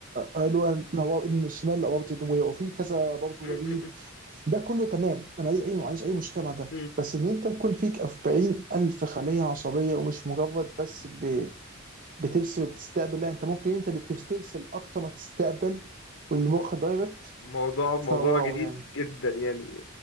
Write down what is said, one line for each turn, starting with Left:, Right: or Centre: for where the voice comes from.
Right: اللي هو الشمال الاورطي وفي كذا برضه
Left: أمم،
Right: وريد
Left: أمم،
Right: ده كله تمام انا ما عنديش اي ما عنديش اي مشكله مع ده
Left: أمم.
Right: بس ان انت تكون فيك 40 الف خليه عصبيه ومش مجرد بس ب... بترسل وبتستقبل لا انت ممكن انت اللي ترسل اكتر ما تستقبل والمخ
Left: مو-
Right: دايركت
Left: موضوع موضوع
Right: فواو
Left: جديد
Right: يعني
Left: جدا يعني